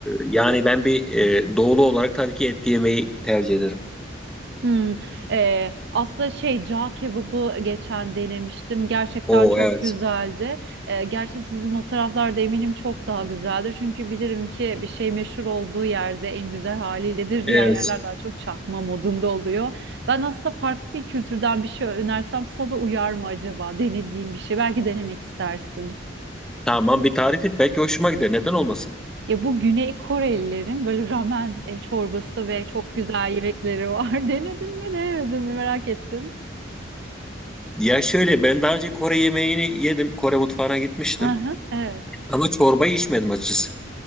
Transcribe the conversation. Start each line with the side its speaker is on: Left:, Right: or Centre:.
Centre: yani ben bir e, doğulu olarak tabii ki et yemeyi tercih ederim.
Right: Hmm, e, aslında şey cağ kebabı geçen denemiştim. Gerçekten
Centre: Oo
Right: çok
Centre: evet.
Right: güzeldi. E, gerçi sizin o taraflarda eminim çok daha güzeldir. Çünkü bilirim ki bir şey meşhur olduğu yerde en güzel haliyledir. Diğer
Centre: Evet.
Right: yerler daha çok çakma modunda oluyor. Ben aslında farklı bir kültürden bir şey önersem sana uyar mı acaba? Denediğim bir şey. Belki denemek istersin.
Centre: Tamam bir tarif et belki hoşuma gider. Neden olmasın?
Right: Ya bu Güney Korelilerin böyle ramen e, çorbası ve çok güzel yemekleri var. <laughs> Denedin mi, denemedin mi merak ettim.
Centre: Ya şöyle ben daha önce Kore yemeğini yedim. Kore mutfağına gitmiştim.
Right: Aha, evet.
Centre: Ama çorbayı içmedim açıkçası.